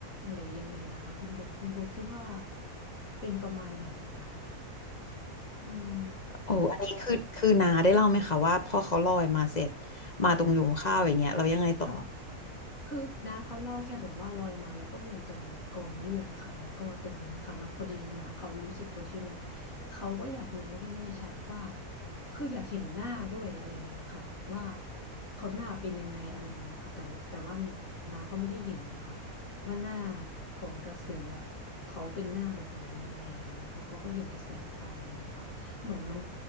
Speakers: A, on the left; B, on the left.
A: หรือยังไงอะค่ะคุณโบคุณโบคิดว่าเป็นประมาณไหนอะค่ะอืม
B: โอ้อันนี้คือคือนาได้เล่าไหมคะว่าพอเขาลอยมาเสร็จมาตรงยุงข้าวอย่างเงี้ยเรายังไงต่อ
A: ค่ะ คือน้าเขาเล่าแค่แบบว่าลอยมาแล้วก็มาอยู่ตรงกองเลือดอะค่ะแล้วก็ตรงนั้นนะคะแล้วพอดีน้าเขารู้สึกตัวใช่ไหมเขาก็อยากรู้ให้แน่ชัดว่าคืออยากเห็นหน้าด้วยอะไรอย่างเงี้ยค่ะว่าเขาหน้าเป็นยังไงอะไรอย่างเงี้ยค่ะแต่ว่าแต่ว่าน้าก็ไม่ได้เห็นนะคะว่าหน้าของกระสืออะเขาเป็นหน้าแบบไหนยังไงอะไรอย่างเงี้ยค่ะเขาก็เห็นแต่แสงไฟอะไรอย่างเงี้ยค่ะ เหมือนมัน